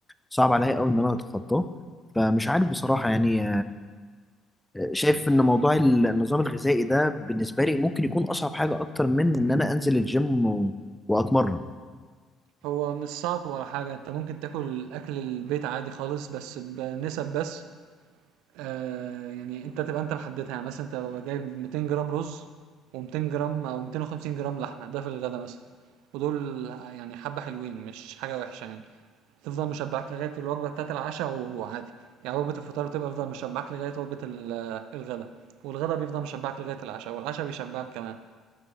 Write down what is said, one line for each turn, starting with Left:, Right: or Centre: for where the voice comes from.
Centre: صعب عليا قوي ان انا اتخطاه فمش عارف بصراحه يعني شايف ان موضوع النظام الغذائي ده بالنسبه لي ممكن يكون اصعب حاجه اكتر من ان انا انزل الجيم و... واتمرن
Right: هو مش صعب ولا حاجة أنت ممكن تاكل أكل البيت عادي خالص بس بنسب بس آآ يعني أنت تبقى أنت محددها، يعني مثلًا أنت بابقى جايب 200 جرام رز و200 جرام أو 250 جرام لحمة، ده في الغدا مثلًا، ودول يعني حبة حلوين مش حاجة وحشة يعني، تفضل مشبعاك لغاية الوجبة بتاعة العشا وعادي، يعني وجبة الفطار بتبقى تفضل مشبعاك لغاية وجبة ال الغدا، والغدا بيفضل مشبعاك لغاية العشا، والعشا بيشبعك كمان،